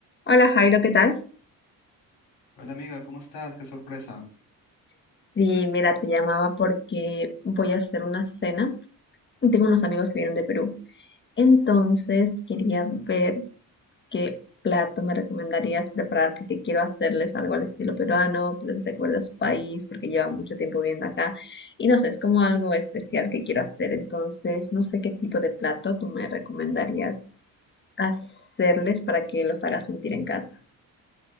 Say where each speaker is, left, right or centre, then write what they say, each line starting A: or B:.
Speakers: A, on the left (about 30°); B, on the left (about 75°).
A: Hola Jairo, ¿qué tal?
B: Hola amiga, ¿cómo estás? Qué sorpresa.
A: Sí, mira, te llamaba porque voy a hacer una cena y tengo unos amigos que vienen de Perú. Entonces quería ver qué plato me recomendarías preparar porque quiero hacerles algo al estilo peruano, que les recuerde a su país porque llevan mucho tiempo viviendo acá y no sé, es como algo especial que quiero hacer. Entonces no sé qué tipo de plato tú me recomendarías hacerles para que los haga sentir en casa.